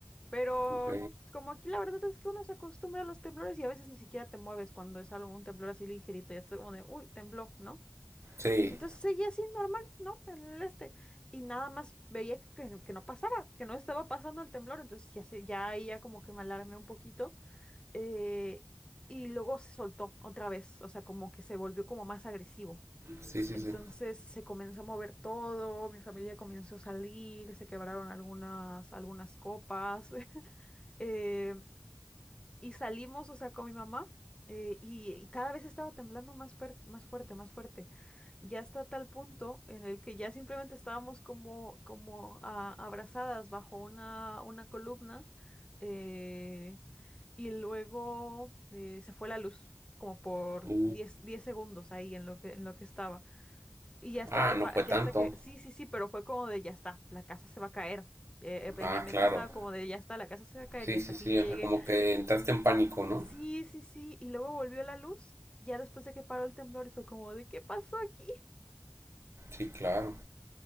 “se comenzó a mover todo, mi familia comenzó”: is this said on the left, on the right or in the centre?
Left